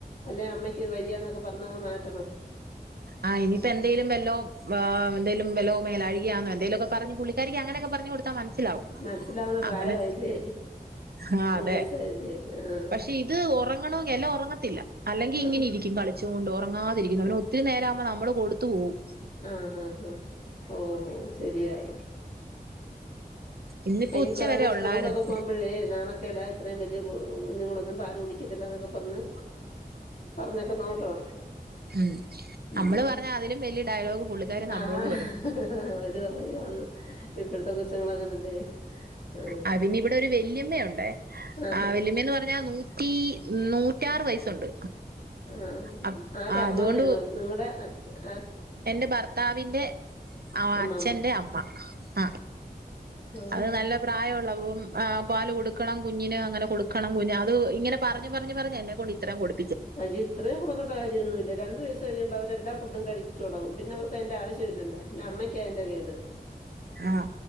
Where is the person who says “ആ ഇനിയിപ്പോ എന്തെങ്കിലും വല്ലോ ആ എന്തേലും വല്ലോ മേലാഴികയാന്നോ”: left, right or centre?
Right